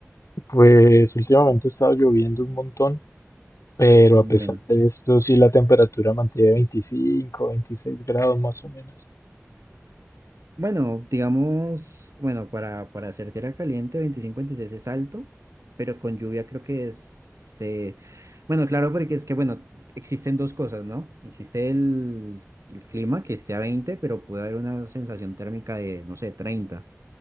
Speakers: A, on the left; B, on the right.
A: Pues últimamente ha estado lloviendo un montón, pero
B: Mm,
A: a pesar
B: Bueno.
A: de esto, sí la temperatura mantiene 25, 26 grados más o menos.
B: Bueno, digamos, bueno, para, para hacer tierra caliente, veinticinco, 26 es alto, pero con lluvia creo que es, se... Bueno, claro, porque es que, bueno, existen dos cosas, ¿no? Existe el, el clima que esté a 20, pero puede haber una sensación térmica de, no sé, 30